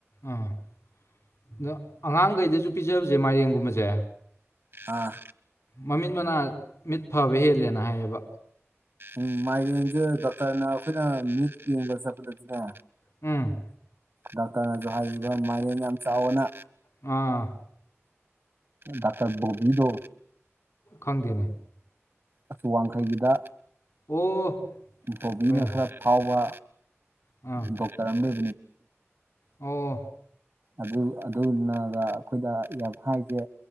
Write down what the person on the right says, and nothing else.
ꯑꯥ
ꯎꯝ ꯃꯥꯏꯔꯁꯦ ꯗꯣꯛꯇꯔꯅ ꯑꯩꯈꯣꯏꯅ ꯃꯤꯠ ꯌꯦꯡꯕ ꯆꯠꯄꯗꯗꯤꯅꯦ
ꯗꯥꯛꯇꯔꯅꯁꯨ ꯍꯥꯏ ꯃꯥꯂꯦꯝ ꯌꯥꯝ ꯆꯥꯎꯕꯅ
ꯗꯥꯛꯇꯔ ꯣꯕꯤꯗ
ꯑ ꯋꯥꯡꯈꯩꯒꯤꯗ
ꯕꯣꯕꯤꯅ
ꯈꯔ ꯐꯥꯎꯕ
ꯗꯣꯛꯇꯥꯔꯝꯕ <inaudible>
ꯑꯗꯨ ꯑꯗꯨꯅꯒ ꯑꯩꯈꯣꯏꯗ ꯌꯥꯝ ꯍꯥꯏꯁꯦ